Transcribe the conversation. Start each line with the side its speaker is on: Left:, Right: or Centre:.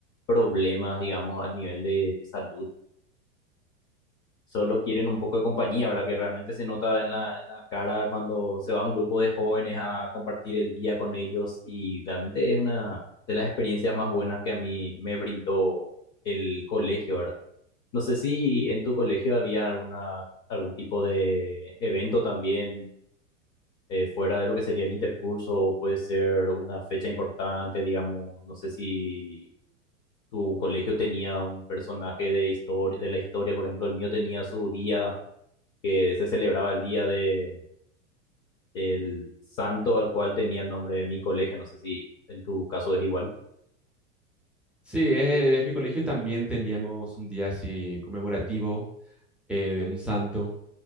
Left: problemas, digamos, a nivel de, de salud solo quieren un poco de compañía, ¿verdad? Que realmente se nota en la, en la cara cuando se va un grupo de jóvenes a compartir el día con ellos y realmente es una de las experiencias más buenas que a mí me brindó el colegio, ¿verdad? No sé si en tu colegio había alguna, algún tipo de evento también eh, fuera de lo que sería el intercurso o puede ser una fecha importante, digamos, no sé si... Tu colegio tenía un personaje de historia, de la historia, por ejemplo, el mío tenía su día que se celebraba el día de el santo al cual tenía el nombre de mi colegio. No sé si en tu caso es igual. <laughs>
Centre: Sí, eh, en mi colegio también teníamos un día así conmemorativo eh, de un santo,